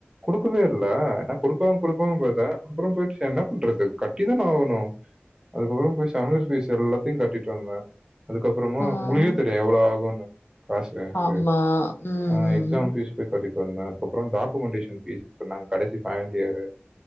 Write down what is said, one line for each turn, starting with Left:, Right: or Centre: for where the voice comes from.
Right: குடுக்கவே இல்ல நா குடுப்பாங் குடுப்பாங் பாத்தெ அப்ற பொய்ட் நா என்னபண்றது கட்டிதான ஆவுணு அதுக்கப்பற போய் சமஸ் ஃபீஸ் எல்லாத்தியு கட்டிட்டு வந்த அதுக்கப்பறமா
Left: ஆ ஆ
Right: உங்களுக்கே தெரியு எவ்வளோ ஆகுன்னு காசு அங்கே
Left: ஆமா. ம்,
Right: அ
Left: ம்,
Right: எக்ஸாம் ஃபீஸ் பொய் கட்டிட்டு வந்தெ அதுக்கப்ற டாக்குமெண்டேஷன் ஃபீஸ் சொன்னாங்க கடைசி ஃபைனல் யேரு